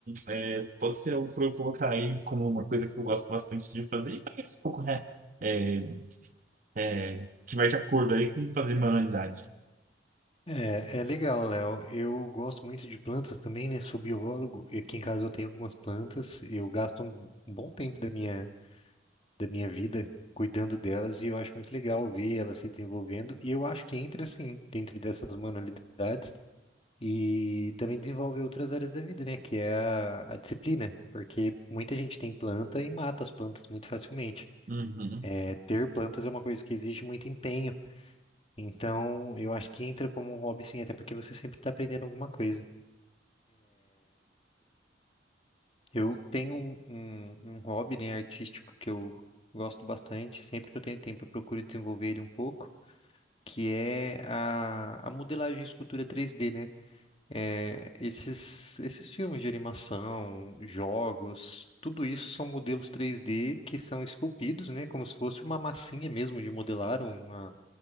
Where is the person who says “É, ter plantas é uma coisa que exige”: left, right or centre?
Left